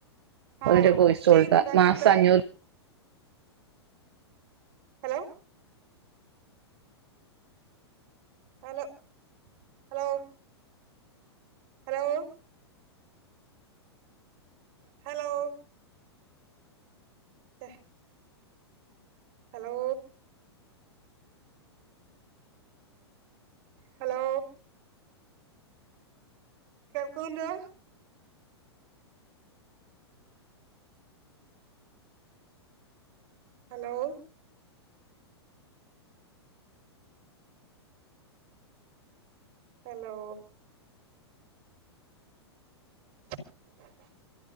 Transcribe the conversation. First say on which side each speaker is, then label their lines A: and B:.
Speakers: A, on the right; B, on the right.
A: ആഹ്
B: ഒരൊക്കെഴിച്ച
A: ചെയ്യുന്നുണ്ട്
B: കൊടുത്ത
A: അങ്ങനത്തെ
B: മാസം അഞ്ഞൂറ്
A: hello hello hello hello hello ആഹ ഹലോ ഹലോ കേൾക്കുണ്ടോ ഹലോ ഹലോ <inaudible>